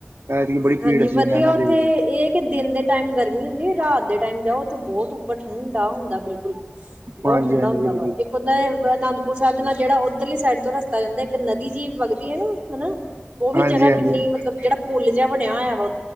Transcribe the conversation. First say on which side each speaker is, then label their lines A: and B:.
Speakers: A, on the right; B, on the right.
A: ਐਤਕੀ ਬੜੀ
B: ਹਾਂਜੀ
A: ਭੀੜ ਸੀ
B: ਵਧੀਆ
A: ਨੈਨਾ
B: ਉੱਥੇ
A: ਦੇਵੀ ਦੇ
B: ਇਹ ਕਿ ਦਿਨ ਦੇ ਟਾਈਮ ਗਰਮੀ ਹੁੰ ਰਾਤ ਦੇ ਟਾਈਮ ਜਾਓ ਉਥੇ ਬਹੁਤ ਉੱਪਰ ਠੰਡਾ ਹੁੰਦਾ ਬਿਲਕੁਲ
A: ਹਾਂਜੀ
B: ਬਹੁਤ ਠੰਡਾ
A: ਹਾਂਜੀ
B: ਹੁੰਦਾ
A: ਬਿਲਕੁਲ
B: ਵਾ ਇੱਕ ਹੁੰਦਾ ਅਨੰਦਪੁਰ ਸਾਧ ਨਾਲ ਜਿਹੜਾ ਉੱਧਰਲੀ ਸਾਈਡ ਤੋਂ ਰਸਤਾ ਜਾਂਦਾ ਇੱਕ ਨਦੀ ਜੀ ਵਗਦੀ ਹੈ ਨਾ ਹਨਾ ਉਹ ਵੀ
A: ਹਾਂਜੀ
B: ਜਗ੍ਹਾ
A: ਹਾਂਜੀ
B: ਕਿੰਨੀ ਮਤਲਬ ਜਿਹੜਾ ਪੁਲ ਜਿਹਾ ਬਣਿਆ ਹੋਇਆ ਵਾ